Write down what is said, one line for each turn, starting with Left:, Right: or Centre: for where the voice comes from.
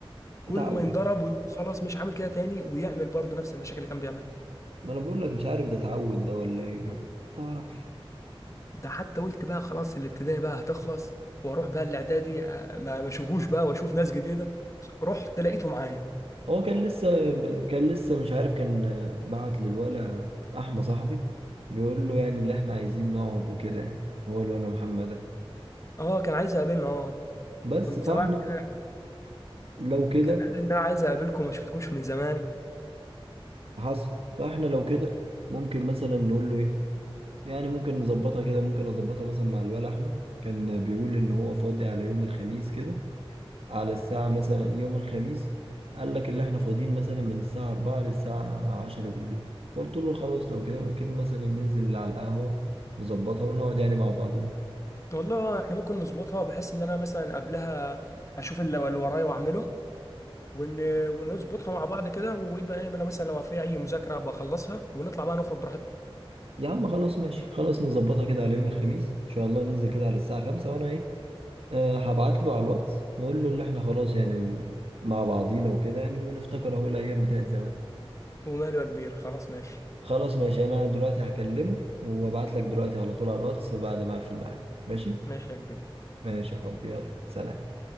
Left: كل
Right: <laughs> اتعود
Left: ما ينضرب ويقول خلاص مش عامل كده تاني ويعمل برضه نفس المشاكل اللي كان بيعملها
Right: ما انا بقول لك مش عارف ده اتعود ده ولا ايه ما تعرفش
Left: ده حتى قلت بقى خلاص الابتدائي بقى هتخلص واروح بقى الاعدادي آه، ما ما اشوفوش بقى واشوف ناس جديده رحت لقيته معايا
Right: هو كان لسه كان لسه مش عارف كان بعت للولا احمد صاحبي بيقول له يعني اللي احنا عايزين نقعد وكده يعني هو الولا محمد ده
Left: اه كان عايز يقابلنا اه
Right: بس
Left: كنت
Right: فاحنا
Left: سمعت كده
Right: لو كده
Left: كان قال ان انا عايز اقابلكم ما شفتكمش من زمان
Right: حصل فاحنا لو كده ممكن مثلا نقول له ايه يعني ممكن نظبطها كده ممكن نظبطها مثلا مع الولا احمد كان بيقول ان هو فاضي على يوم الخميس كده على الساعة مثلا يوم الخميس قال لك اللي احنا فاضيين مثلا من الساعة 4 للساعة 10 بالليل قلت له خلاص لو كده ممكن مثلا ننزل على القهوة نظبطها ونقعد يعني مع بعضين
Left: والله احنا ممكن نظبطها بحيث ان انا مثلا قبلها اشوف اللي اللي ورايا واعمله ون... ونظبطها مع بعض كده ويبقى ايه انا مثلا لو في اي مذاكره بخلصها ونطلع بقى نخرج براحتنا
Right: يا عم خلاص ماشي خلاص نظبطها كده على يوم الخميس ان شاء الله ننزل كده على الساعة 5 وانا ايه أه هبعت له على الواتس نقول له اللي احنا خلاص يعني مع بعضينا وكده يعني ونفتكر اهو الايام بتاعت زمان
Left: وماله يا كبير خلاص ماشي
Right: خلاص ماشي انا دلوقتي هكلمه وابعت لك دلوقتي على طول على الواتس بعد ما اقفل معاه ماشي
Left: ماشي يا كبير
Right: ماشي يا حبي يلا سلام